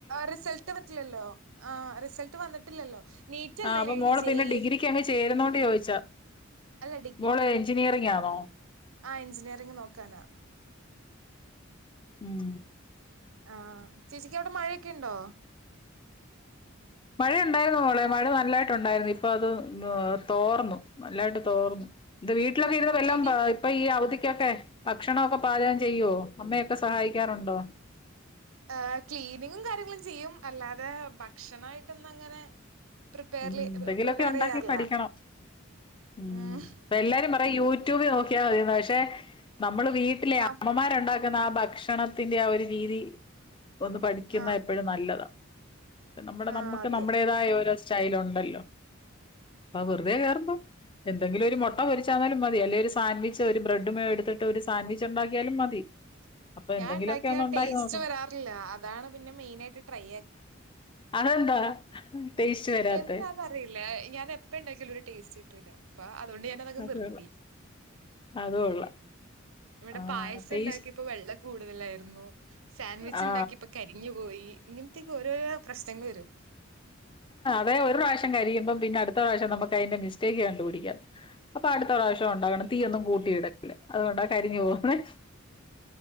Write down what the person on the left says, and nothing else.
ങ
അപ്പംമോൾ
ഇപ്പം
ഇന്ന്
ഡിഗ്രിക്ക് അങ്ങ് ചേരുന്നോ ണ്ട് ചോദിച്ച
മോളെ എൻജിനീയറിങ് ആണോ?
ഉം
മഴയുണ്ടായിരുന്നു മോളെ, മഴ നല്ലതായിട്ടുണ്ടായിരുന്നു, ഇപ്പോ അത് ന്ന്തോർന്നു നല്ലതായിട്ട് തോർന്നു ഇത് വീ ട്ടിലൊക്കെ ഇരുന്നു വല്ലോ
പ ഇപ്പോൾ അവധിക്ക്. ക്കൊക്കെ ഭക്ഷണവൊക്കെ പാചകം ചെയ്യുവോ അമ്മയൊക്കെ സഹായിക്കാറോണ്ടോ
മ്മ് എന്തെങ്കിലുവോക്കെ
ഒണ്ടാക്കി
പഠിക്കണം മ്മ്
പ്പ എല്ലാരും യൂട്യൂബി നോക്കിയാമതിന് പഷേ നമ്മ വീട്ടിലെ
അമ്മമാര് ഒണ്ടാ ന്ന ആ ഭക്ഷണത്തിന്റെ ആ ഒരു രീതി ഒന്നുപഠിക്കുന്ന
എപ്പോഴും നല്ലതാ ഇപ്പോ നമ്മടെ
നമ്മക്ക്
നമ്മടേതായ ഒ സ്റ്റൈൽ ഒണ്ടല്ലോ അത് വെറ്തെ കേറുമ്പം എന്തങ്കിലും ഒരു മൊട്ടപൊരിച്ചണേലും മതി അല്ലേ ഒരു സാൻവിച്ചോ ഒരു ബ്രെഡ്‌ മേയോ എടുത്തിട്ട് ഒരു സാൻവി ച്ചോണ്ടാക്കിയാലും മതി അപ്പൊ
എന്തങ്കിലുവോക്കെ
ഒന്ന് ഒണ്ടാക്കി
നോക്കണം.
അതെന്താ ടേസ്റ്റ് വരാത്തെ
അത്
കൊള്ളാം അത് കൊള്ളാം
ആ
ടേസ്റ്റ്
ആ
വെ ഒരു പ്രാവശ്യം കരിയുമ്പം പിന്ന അട്ത്ത പ്രാവശ്യം നമുക്കയിന്റെ മിസ്റ്റേക്ക് കണ്ടുപിടിക്കാം അപ്പൊ അട്ത്ത പ്രാവശ്യം ഉണ്ടാകണം തീയൊന്നും കൂട്ടിയിടല്ല് അതുകൊണ്ടാ കരിഞ്ഞു പോകന്നേ